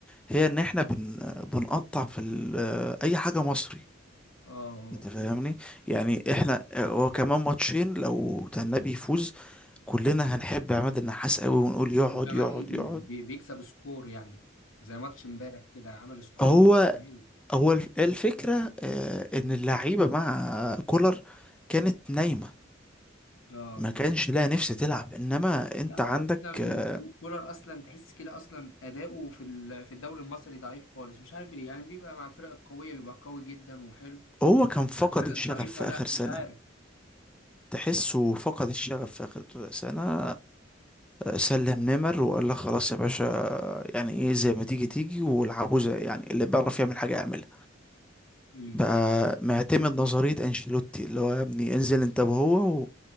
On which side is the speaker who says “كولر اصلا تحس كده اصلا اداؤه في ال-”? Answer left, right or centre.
Left